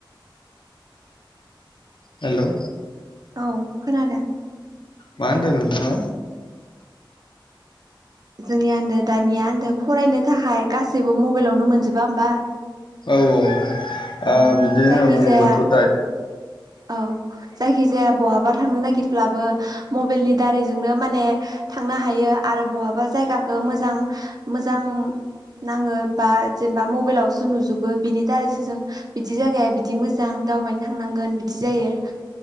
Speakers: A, on the left; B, on the right.
A: हेलौ
B: औ खोनादों।
A: मा होनदों नोंथाङा?
B: जोंनि आन्दो दानिया आन्दो फरायनो थाखाय गासैबो मबाइलावनो मोनजोबा होमबा?
A: औ औ औ
B: औ
A: ओ बिदि होनना
B: जायखि
A: बुङोबथ'
B: जाया
A: द्राय
B: औ जायखिजाया बहाबा थांनो नागिर ब्लाबो मबेलनि दारैजोंनो माने थांनो हायो आरो बहाबा जायगाखौ मोजां मोजां नाङो बा जेनेबा मबाइलावसो नुजोबो बिनि दारैसो जों बिदि जागाया बिदि मोजां दावबायनो थांनांगोन बिदि जायो।